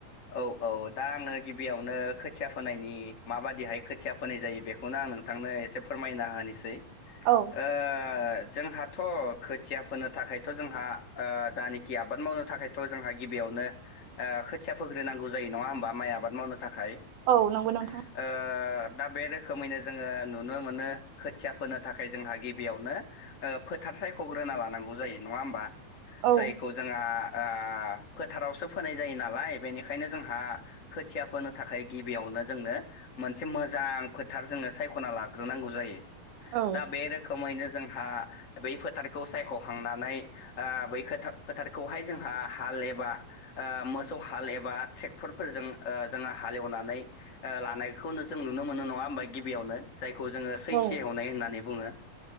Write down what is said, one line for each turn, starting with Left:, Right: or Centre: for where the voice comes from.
Left: औ औ दा आङो गिबियावनो खोथिया फोनायनि माबादिहाय खोथिया फोनाय जायो बेख खौनो आं नोंथांनो एसे फोरमायना होनिसै।
Right: औ
Left: ओ ओ जोंहाथ' खोथिया फोनो थाखायथ' जोंहा ओ जानोखि आबाद मावनो थाखाय थ' जोंहा गिबियावनो ओ खोथिया फोग्रोनांगौ जायो नङा होमबा माइ आबाद मावनो थाखाय।
Right: औ नंगौ नोंथां।
Left: ओ दा बे रोखोमैनो जोङो नुनो मोनो खोथिया फोनो थाखाय जोंहा गिबियावनो ओ फोथार सायख'ग्रोना लानांगौ जायो नङा होमबा
Right: औ
Left: जायखौ जोंहा ओ फोथारावसो फोनाय जायो नालाय बेनिखायनो जोंहा खोथिया फोनो थाखाय गिबियावनो जोंनो मोनसे मोजां फोथार जोंनो सायख'ना लाग्रोनांगौ जायो।
Right: औ
Left: दा बे रोखोमैनो जोंहा बै फोथारखौ सायख'खांनानै ओ बै खोथाब फोथारखौहाय जोंहा हाल एबा ओ मोसौ हाल एबा थ्रेक्टरफोरजों ओ जों हालेवनानै ओ लानायखौनो जों नुनो मोनो नङा हमबा गिबियावनो। जायखौ जोङो सैसे
Right: औ
Left: एवनाय होननानै बुङो